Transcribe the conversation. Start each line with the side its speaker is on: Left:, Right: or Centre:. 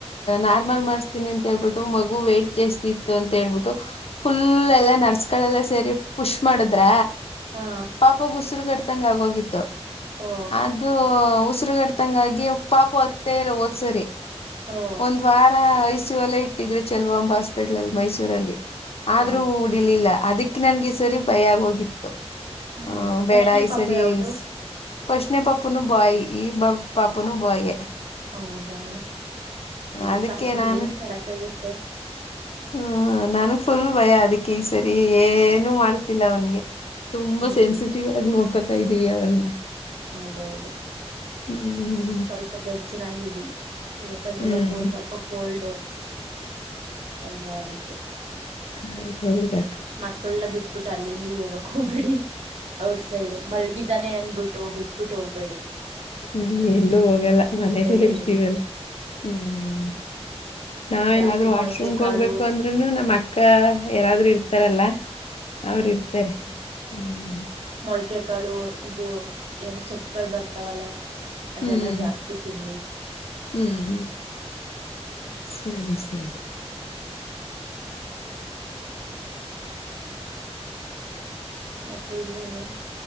Left: ನಾರ್ಮಲ್ ಮಾಡ್ಸ್ತೀನಿ ಅಂತ ಹೇಳ್ಬಿಟ್ಟು ಮಗು ವೇ್ಟಟ್ ಜಾಸ್ತಿ ಇತ್ತು ಅಂತ ಹೇಬಿಟ್ಟು ಫುಲ್ ಎಲ್ಲಾ ನರ್ಸ್ಗಳೆಲ್ಲ ಸೇರಿ ಪುಷ್ ಮಾಡಿದ್ರ
Right: ಹಾ
Left: ಪಾಪ ಉಸಿರುಗಡ್ತಂಗ ಆಗೋಗಿತ್ತು
Right: ಹಾ ಓ
Left: ಅದು ಉಸಿರುಗಡ್ತ ತಂಗಾಗಿ ಪಾಪ ಹೊತ್ತಲ್ಲ ಓದ್ಸರಿ
Right: ಓ
Left: ಒಂದ್ ವಾರಐ ಲ್ಲ ಇಟ್ಟಿದ್ರೆ ಚೆಲ್ವಾಂಬ ಹಸ್ಪಿಟಲ್ ಅಲ್ಲಿ ಮೈಸೂರಲ್ಲಿ
Right: ಹಾ
Left: ಆದ್ರೂ ಡಿಲಿಲ್ಲ ಅದಕ್ಕೆ ಅ ನನ್ಗೆ ಈ ಸರಿ ಭಯ ಆಗೋಗಿತ್ತು
Right: ಹ್ಮ್
Left: ಆಹ
Right: ಫಸ್ಟ್ನೇ
Left: ಬೇಡ ಈ
Right: ಪಾಪು
Left: ಸರಿ
Right: ಯಾವ್ದು
Left: ಪಷನ ಪಾಪೂನು ಬಾಯ ಈ ಪಾಪೂನು ಬಾಯಯ
Right: ಹೌದಾ ಬಿಡಿ
Left: ಅದಕ್ಕೆ
Right: ಪರವಾಗಿಲ್ಲ
Left: ನಾನು
Right: ಏನ್ ಮಾಡಕ್ಗುತ್ತೆ
Left: ಹ್ಮ ನಾನು ಫುಲ್ ಭಯ ಅದಿಕ್ಕೆ ಕ ಈ ಸರಿ ಏನು ಮಾಡ್ತಿಲ್ಲ ಅವನ್ಗೆ ತುಂಬಾ
Right: ಹ್ಮ್
Left: ಸೆನ್ಸಿಟಿವ್ ಆಗಿ ನೋಡ್ಕ ಸೈಿವ ಅವನ್ನ
Right: ಹೌದೌದು
Left: ಹ್ಮ್
Right: ಸ್ವಲ್ಪ ಬೆಚ್ಚನಾಗಡಿ ಯಾಕಂದ್ರೆ
Left: ಹ್ಮ್
Right: ಇವಕ್ಕ ಒಂದ್ ಸ್ವಲ್ಪ ಕೋಲ್ಡ್ ಅಲ್ವಾ ಅದಕ್ಕೆೆ
Left: ಹ ಸೌದ
Right: ಮಕ್ಕಳಲ್ಲ ಬಿಟ್ಬಿಟ್ಟು ಅಲ್ಲಿ ಇಲ್ಲಿ ಹೋಗಕ್ ಹೋಗ್ಬಿಡಿ ಔಟ್ಸೈಡ್ ಮಲ್ಗಿದಾನೆ ಅ ಬಿಬಿಟ್ಟು ಬಿಟ್ಬಟ್ಟು ಹೋಗ್ಬೇಡಿ
Left: ಹ್ಮ್ ಎಲ್ಲೂ ಹೋಗಲ್ಲ ಮನೇಲ್ಲೇ
Right: ಜೊತೆಲೆ
Left: ಇರ್ತೀವಲ್ಲ
Right: ಇರಿ
Left: ಹ್ಮ್ ನಾವ್
Right: ಜಾಸ್ತಿ
Left: ಎಲ್ಲಾದ್ರೂ ವಾಶ್ರೂಮ್ಗೆ
Right: ಮೊಳಕೆ ಕಾಳು
Left: ಹೋಗ್ಬೇಕು ಅಂದ್ೂನು ನಮ್ಮ್ ಅಕ್ಕ ಯಾರಾದ್ರು ಇರ್ತಾರಲ್ಲ ಅವ್ರ ಇರ್ತಾರೆ ಹ್ಮ್
Right: ಮೊಳಕೆಕಾಳು ಇದು ಏನು ಸೊಪ್ಪಕ ಬರ್ತಾವಲ್ಲ ಅದೆಲ್ಲಾ
Left: ಹ್ಮ್.
Right: ಜಾಸ್ತಿ ತಿನ್ನಿ
Left: ಹ್ಮ್. ಸರಿ ಸರಿ
Right: ಮತ್ತೆ ಇನ್ನೇನು